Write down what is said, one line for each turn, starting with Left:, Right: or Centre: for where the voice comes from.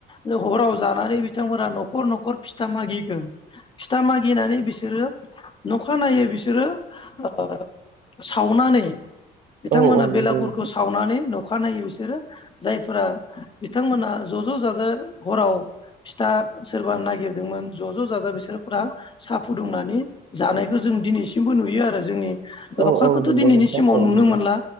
Left: नो हराव जानानै बिथांमोना न'खर न'खर फिथा मागिगोन फिथा मागिनानै बिसोरो नखानायनायै बिसोरो ओ सावनानै बिथांमोना
Right: औ- औ नोंगौ
Left: बेलागुरखौ
Right: नोंथां
Left: सावनानै नखा नायै बिसोरो जायफोरा बिथांमोना ज' ज' जाजा हराव फिथा सोरबा नागिरदोंमोन ज' ज' जाजा बिसोरफ्रा साहा फुदुंनानै जानायखौ जों दिनैसिमबो नुयो आरो जोंनि लाखारखौथ'
Right: औ औ नंगौ
Left: दिनैनि
Right: नोंथां
Left: सिमाव
Right: औ
Left: नुनो
Right: नंगौ
Left: मोनला